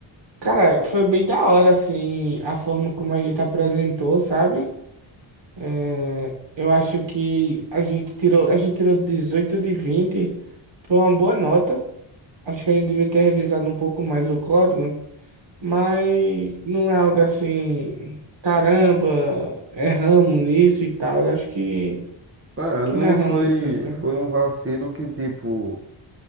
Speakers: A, on the right; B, on the right.
A: Cara, foi bem da hora, assim, a forma como a gente apresentou, sabe? É, eu acho que a gente tirou, a gente tirou 18 de 20, foi uma boa nota. Acho que a gente devia ter revisado um pouco mais o código, mas não é algo assim, caramba, erramos nisso e tal. Acho que.
B: É,
A: Que
B: não
A: narramos
B: foi,
A: tanta.
B: foi um vacilo que, tipo,